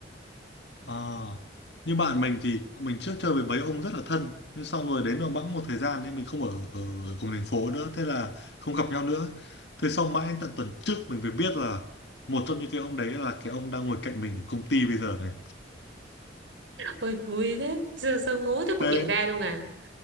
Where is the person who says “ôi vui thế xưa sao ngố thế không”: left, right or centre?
Right